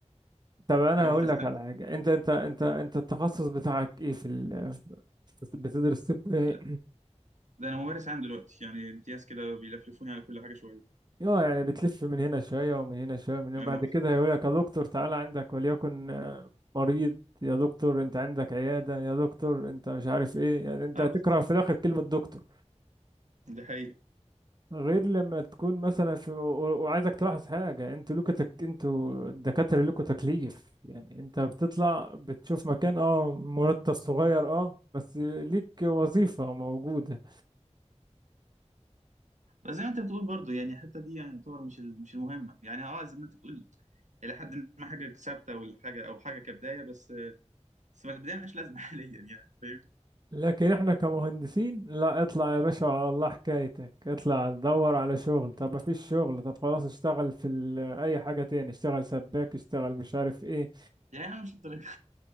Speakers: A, on the right; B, on the right.
A: طب انا
B: حاول
A: هقول
B: تستمتع
A: لك على حاجة انت انت انت انت التخصص بتاعك ايه في ال... في- بتدرس طب ايه
B: لا، ده انا ممارس عام دلوقتي يعني امتياز كده بيلفلفوني على كل حاجة شوية
A: اه يعني بتلف من هنا شوية ومن هنا شوية من هنا
B: اه
A: وبعد كده هيقول لك يا دكتور تعالى عندك وليكن آه، مريض يا دكتور انت عندك عيادة يا دكتور انت مش عارف ايه يعني انت
B: اه
A: هتكره
B: بالظبط
A: في الاخر كلمة دكتور
B: ده حقيقي
A: غير لما تكون مثلا في و- و- وعايزك تلاحظ حاجة انتوا لكم تك... انتوا الدكاترة لكم تكليف يعني انت بتطلع بتشوف مكان اه مرتب صغير اه بس ليك وظيفة موجودة
B: بس زي ما انت بتقول برضو يعني حتى دي يعني تعتبر مش ال- مش المهمه يعني اه زي ما انت بتقول الى حد ما حاجه ثابته ولا حاجه او حاجه كبدايه بس بس ما البدايه ملهاش لازمه <laughs> حاليا يعني فاهمني
A: لكن احنا كمهندسين لا اطلع يا باشا وعلى الله حكايتك اطلع دور على شغل طب ما فيش شغل طب خلاص اشتغل في ال... اي حاجة تاني اشتغل سباك اشتغل مش عارف ايه
B: يعني انا مش الدرجه